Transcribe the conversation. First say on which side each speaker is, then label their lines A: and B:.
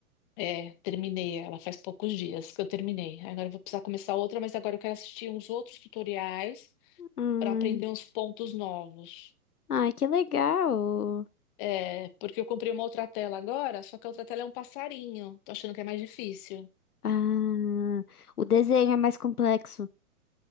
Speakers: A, on the left; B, on the left.
A: É, terminei ela faz poucos dias que eu terminei. Agora eu vou precisar começar outra, mas agora eu quero assistir uns outros tutoriais
B: Ai,
A: para aprender uns pontos novos.
B: ai, que legal.
A: É, porque eu comprei uma outra tela agora, só que a outra tela é um passarinho. Tô achando que é mais difícil.
B: Ah, o desenho é mais complexo.